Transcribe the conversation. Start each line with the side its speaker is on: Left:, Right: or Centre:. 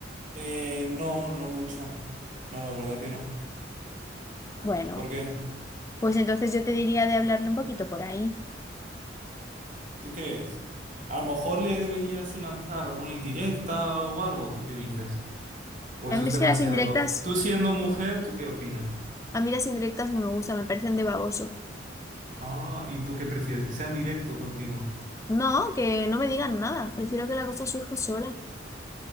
Right: Eh, no, no mucho. No, la verdad que no.
Left: Bueno,
Right: ¿Por qué?
Left: pues entonces yo te diría de hablarle un poquito por ahí.
Right: ¿Tú crees? A lo mejor le deberías sí lanzar alguna indirecta o algo, ¿tú qué dices? O
Left: A
Right: eso
Left: mí
Right: es
Left: es
Right: demasiado.
Left: que las indirectas,
Right: Tú siendo mujer, ¿tú qué opinas?
Left: a mí las indirectas no me gustan, me parecen de baboso.
Right: Ah, ¿y tú qué prefieres? Que sean directo contigo.
Left: No, que no me digan nada, prefiero que la cosa surja sola.